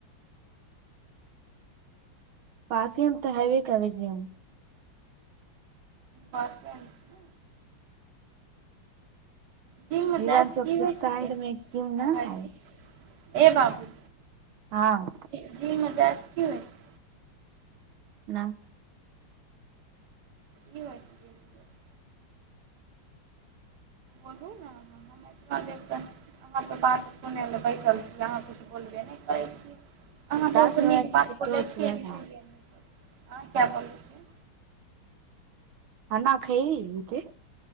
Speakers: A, on the right; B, on the right.
A: पासियम त हव कवजम
B: पसनच ने जिम मे
A: हिवान
B: जाइ से
A: चौक
B: की
A: के
B: होइ
A: साइड
B: छिकै
A: मे जिम
B: ए
A: न
B: भाईजी
A: है
B: ए बाबू
A: हँ
B: जिममे जाइसँ की होइ छै
A: न
B: क बात छै जबरदस बोलू ने एतना देरसँ अहाँके बात सुनय लेलए बैसल छी अहाँ किछु बोलबे नहि करै छी अहाँ
A: दस
B: बहुत
A: मिनट
B: नीक बात करले
A: तो खाना
B: छियैसी अह क्या बोलै छियै
A: हना खब ओ त